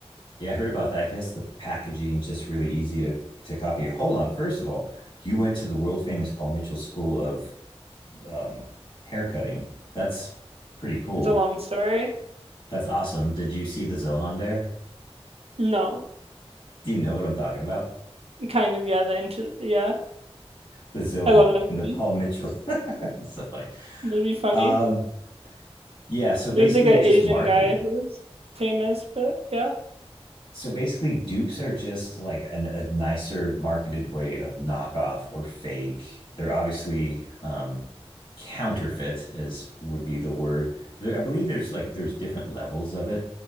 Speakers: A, on the left; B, on the right.
A: Yeah, I heard about that. I guess the packaging just really easy to to copy. Hold on, first of all, you went to the world famous Paul Mitchell School of um haircutting. That's pretty cool.
B: It's a long story.
A: That's awesome. Did you see the Zohan there?
B: No,
A: Do you know what I'm talking about?
B: kind of yeah, the intro yeah.
A: The Zohan
B: I love that
A: <laughs> and
B: movie.
A: the Paul Mitchell. <laughs> It's so funny.
B: That'd be funny.
A: Um, yeah, so basically
B: There's like an
A: it's
B: Asian
A: just marketing
B: guy who's famous, but yeah.
A: so basically dupes are just like an, a nicer marketed way of knockoff or fake they're obviously um counterfeit as would be the word there i believe there's like there's different levels of it